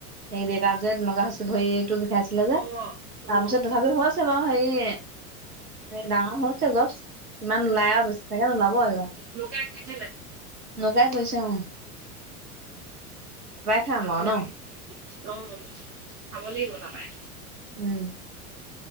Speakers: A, on the right; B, on the right.
A: সেই দেউতা যে তেনেকুৱা হৈছে ভৰিতটো বিষাইছিলে যে,
B: অ
A: তাৰপিছত
B: অ অ
A: তথাপিও হৈ আছে বাৰু হেৰি এ ডাঙৰ হৈ হৈছে গছ, কিমান ওলাই আৰু বেছ সেইকাৰণে ওলাব এইবাৰ।
B: মোকে আকিছিলে
A: লগাই থৈছে অঁ খাম
B: আহি
A: আৰু ন
B: আছে অ খাব লাগিব তাপাই
A: উম।